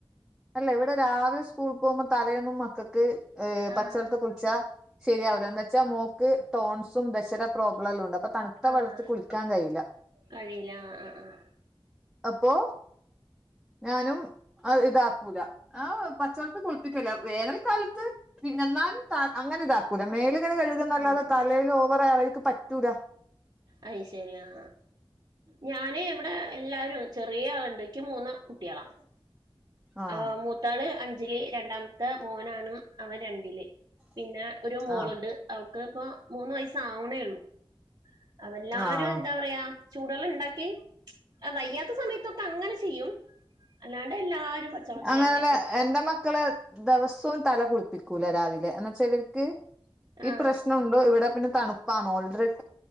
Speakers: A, in the centre; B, on the right.
A: അല്ല ഇവിടെ രാവിലെ സ്കൂളിൽ പോകുമ്പോ തലയൊന്നും മക്കൾക്ക് ഏ പച്ചവെള്ളത്തിൽ
B: ആഹ്
A: കുളിച്ച ശരിയാവില്ല എന്ന് വെച്ചാൽ മോൾക്ക് ടോൺസും ദഷേടെ പ്രോബ്ലം എല്ലാം ഉണ്ട് അപ്പ തണു തണുത്ത
B: ആഹ്
A: വെള്ളത്തിൽ കുളിക്കാൻ കഴിയില്ല
B: കഴിയില്ല ആഹ് ആഹ്
A: അപ്പോ ഞാനും ഇതാക്കൂല ആ പച്ചവെള്ളതി കുളി വേനൽക്കാലത്ത് എന്നാലും അങ്ങനെ ഇതാക്കൂല മേല് ഇങ്ങനെ കഴുകുന്നല്ലാതെ
B: ആഹ്
A: തലേ ഓവറ ആയാ അവർക്ക് പറ്റൂല
B: അയി ശരി ആ ഞാന് ഇവിടെ എല്ലാരും ചെറിയ ആളുണ്ട് എനിക്ക് മൂന്ന് കുട്ടികളാ
A: ആഹ്
B: ആ മു ത്താള് അഞ്ചില് രണ്ടാമത്തെ മോനാണ് അവൻ രണ്ടില് പിന്നെ ഒരു മോളുണ്ട്
A: ആഹ്
B: അവക്ക് ഇപ്പ മൂന്ന് വയസ ആവണേള്ളൂ അവ എല്ലാരും
A: ആഹ്
B: എന്താ പറയാ ചൂടുള്ള ഉണ്ടാക്കി വയ്യാത്ത സമയത്തൊക്കെ അങ്ങനെ ചെയ്യും അല്ലാണ്ട് എല്ലാരും പച്ചവെള്ളത്തിലന്നെ
A: അങ്ങനെയല്ല
B: കുളിക്കും
A: എന്റെ മക്കളെ ദിവസവും തല കുളിപ്പിക്കൂല രാവിലെ എന്ന വെച്ചാ ഇവർക്ക്
B: ആഹ്
A: ഈ പ്രശ്നമുണ്ട് ഇവിടെ പിന്നെ തണുപ്പാണ് ഓൾറെഡി